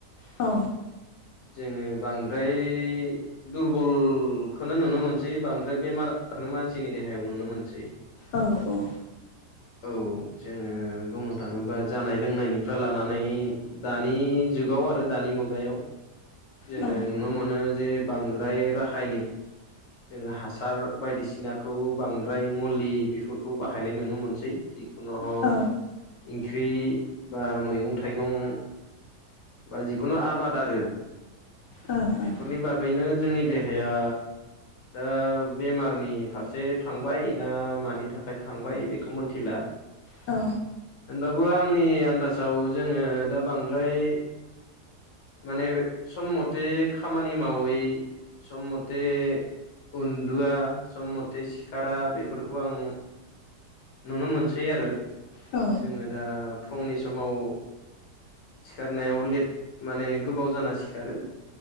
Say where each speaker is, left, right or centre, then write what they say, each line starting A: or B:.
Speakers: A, on the left; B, on the left.
A: औ
B: जोङो बांद्राय दुरबलखौनो नुनो मोनसै बांद्राय बेमार आजारखौनो मानसिनि देहायाव नुनो मोनसै
A: औ औ
B: औ जोङो बुंनो थाङोबा जानाय लोंनायनिफ्राय लानानै दानि जुगाव आरो दानि मुगायाव जोङो
A: औ
B: नुनो मोनो जे बांद्राय राखायनिक जोङो हासार बायदिसिनाखौ बांद्राय मुलि बेफोरखौ बाहायनाय नुनो मोनसै नु हक
A: औ
B: ओंख्रि बा मैगं थाइगं बा जिखुनु आबाद आरो
A: ओं ओं
B: बेफोरनि बागैनो जोंनि देहाया ओ बेमारनि फारसे थांबाय ना मानि थाखाय थांबाय बेखौ मिथिला
A: औ
B: होनबाबो आंनि आन्दाजाव जोङो दा बांद्राय माने सम मथे खामानि मावै सम मथे उन्दुआ सम मथे सिखारा बेफोरखौ आं नुनो मोनसै आरो
A: औ
B: जोङो दा फुंनि समाव सिखारनायाव लेट माने गोबाव जाना सिखारो